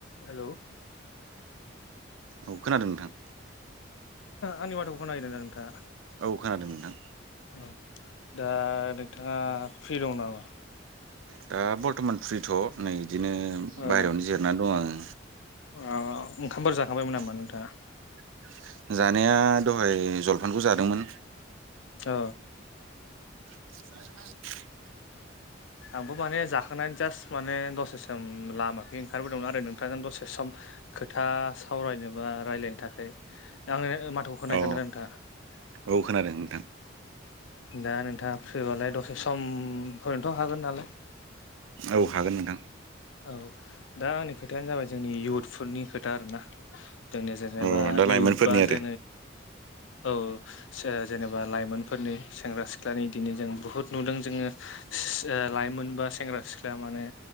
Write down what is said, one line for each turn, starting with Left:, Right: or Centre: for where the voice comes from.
Left: हेलौ
Right: औ खोनादों नोंथां।
Left: आंनि माथ'खौ खोनागिरदों आरो नोंथाङा?
Right: औ खोनादों नोंथां
Left: औ दा नोंथाङा फ्रि दं नामा?
Right: दा बर्थमान फ्रिथ' नै बिदिनो
Left: ओ
Right: बायहेरायावनो जिरनानै दं आङो
Left: ओ ओंखामफोर जाखांबायमोन
Right: <inaudible>
Left: नामा नोंथाङा
Right: जानाया दहाय जलफानखौ जादोंमोन
Left: अ
Right: <inaudible>
Left: आंबो माने जाखां जास्ट माने दसे सम लाम ओंखारबोदोंमोन आरो नोंथां दसे सम खोथा सावरायनो बा रायलायनो थाखाय आंनो माथोखौ खानादों
Right: अ
Left: नोंथाङा
Right: औ खोनादों नोंथां
Left: दा नोंथाङा फ्रि बालाय दसे समफोरनोथ' हागोन नालाय
Right: औ हागोन नोंथां
Left: औ दा आंनि खोथायानो जाबाय जोंनि इयउथफोरनि खोथा आरोना जोंनिया जेनेबा
Right: अ दा लाइमोनफोरनि
Left: इयउ बा
Right: आरो
Left: जो ओ औ जेबा बा लाइमोनफोरनि सेंग्रा सिख्लानि दिनै जों बुहुत नुदों जोङो सि लाइमोन बा सेंग्रा सिख्ला माने